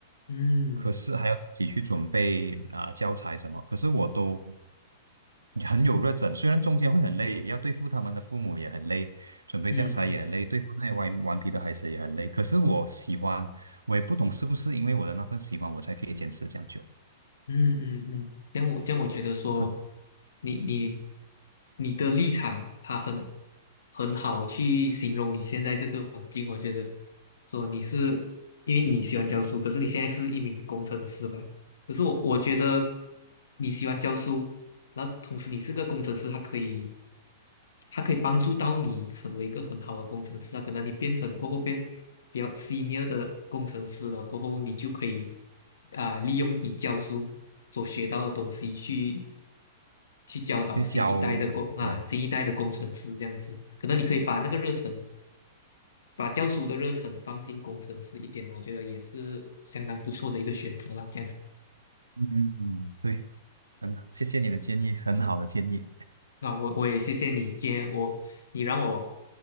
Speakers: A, on the left; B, on the right.
A: 嗯嗯嗯。
B: 可是还要自己去准备啊、教材什么，可是我都很有热忱，虽然中间会很累，要对付他们的父母也很累，准备教材也很累，
A: 嗯
B: 对付那些顽顽皮的孩子也很累。可是我喜欢，我也不懂是不是因为我的那份喜欢，我才可以坚持这样久。
A: 嗯嗯嗯，这样我这样我觉得说，
B: 可
A: 你你你的立场，他很很好去形容你现在这个环境。我觉得说你是因为你喜欢教书，可是你现在是一名工程师吧？可是我我觉得你喜欢教书，那同时你是个工程师，他可以他可以帮助到你成为一个很好的工程师啊。可能你变成过后变比较 senior 的工程师了，过后你就可以啊、利用你教书所学到的东西去去教导新一代的工啊新一代的工程师这样子。
B: 去教嗯
A: 可能你可以把那个热忱，把教书的热忱放进工程师一点，我觉得也是相当不错的一个选择啦。这样子，
B: 嗯嗯，对，很好，谢谢你的建议，很好的建议。
A: 那我我也谢谢你，今天我你让我